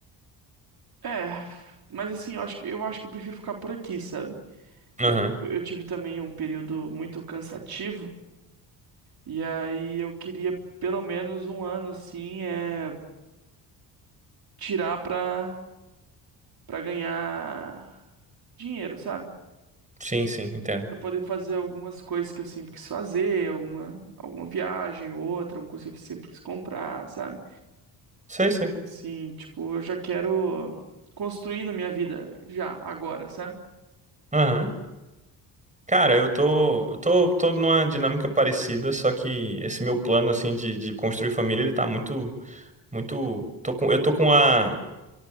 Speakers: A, on the right; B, on the right.
A: É, mas assim, eu acho que eu acho que eu prefiro ficar por aqui, sabe?
B: Aham.
A: Eu, eu tive também um período muito cansativo, e aí eu queria pelo menos um ano assim, é, tirar pra. pra ganhar dinheiro, sabe?
B: Sim, sim, entendo.
A: Pra poder fazer algumas coisas que eu sempre quis fazer, alguma, alguma viagem ou outra, alguma coisa que eu sempre quis comprar, sabe?
B: Sei, sei.
A: Sim, tipo, eu já quero construindo minha vida já, agora, sabe?
B: Aham. Cara, eu tô, eu tô, tô numa dinâmica parecida, só que esse meu plano, assim, de, de construir família, ele tá muito, muito, tô com, eu tô com a,